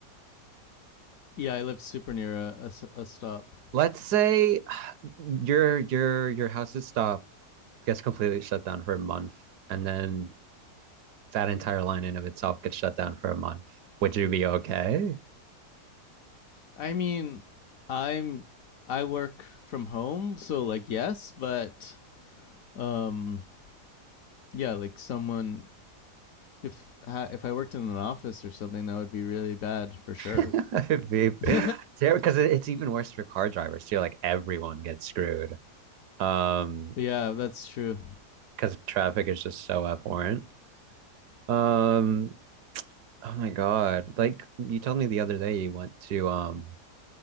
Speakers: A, on the left; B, on the right.
A: Yeah, I live super near a a a stop.
B: Let's say your your your house's stop gets completely shut down for a month, and then that entire line in of itself gets shut down for a month. Would you be okay?
A: I mean, I'm I work from home, so like yes, but um yeah, like someone if if I worked in an office or something, that would be really bad for sure.
B: it <laughs> be
A: <laughs>
B: because it's even worse for car drivers too. Like everyone gets screwed. Um,
A: yeah, that's true.
B: because traffic is just so abhorrent. Um, oh my God. Like you told me the other day you went to um